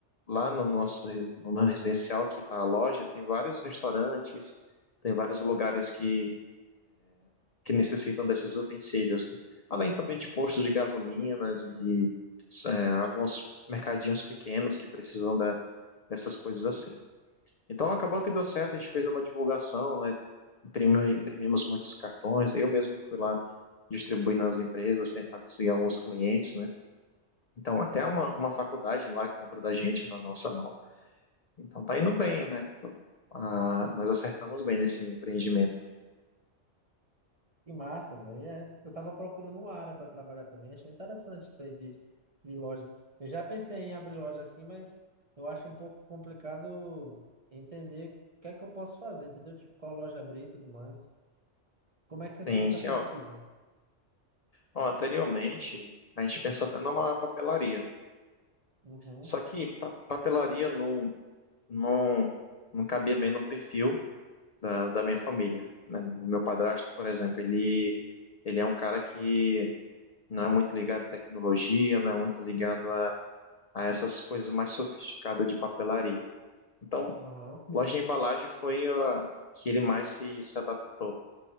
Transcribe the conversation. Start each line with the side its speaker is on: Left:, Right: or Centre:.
Left: lá no nosso re- no nosso residencial que está a loja, tem vários restaurantes, tem vários lugares que, que necessitam desses utensílios, né? Além também de postos de gasolinas e é, alguns mercadinhos pequenos que precisam da, dessas coisas assim. Então acabou que deu certo, a gente fez uma divulgação, né? Imprimi- Imprimimos muitos cartões, eu mesmo fui lá distribuir nas empresas, tentar conseguir alguns clientes, né? Então até uma, uma faculdade lá compra da gente na nossa mão. Então tá indo bem, né? Ah, nós acertamos bem nesse empreendimento.
Right: Que massa, velho. É, eu tava procurando uma área para trabalhar também. Achei interessante isso aí de, de loja. Eu já pensei em abrir loja assim, mas eu acho um pouco complicado entender o que é que eu posso fazer, entendeu? Tipo, qual loja abrir e tudo mais. Como é que você
Left: Tem
Right: fez essa
Left: assim,
Right: pesquisa?
Left: ó, ó, anteriormente a gente pensou até numa papelaria,
Right: Uhum,
Left: só que pa- papelaria não, não, não cabia bem no perfil da, da minha família. Né? O meu padrasto, por exemplo, ele, ele é um cara que não é muito ligado à tecnologia, não é muito ligado a, a essas coisas mais sofisticadas de papelaria. Então,
Right: aham,
Left: loja de embalagem foi a que ele mais se, se adaptou.